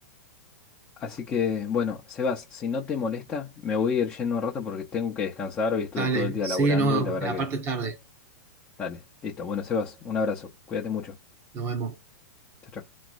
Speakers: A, on the left; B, on the right.
A: Así que, bueno, Sebas, si no te molesta, me voy a ir yendo un rato porque tengo que descansar. Hoy estuve
B: Dale,
A: todo el día
B: sí,
A: laburando
B: no,
A: y la verdad
B: aparte
A: que,
B: es tarde,
A: dale, listo. Bueno, Sebas, un abrazo. Cuídate mucho.
B: nos vemos.
A: Chao, chao.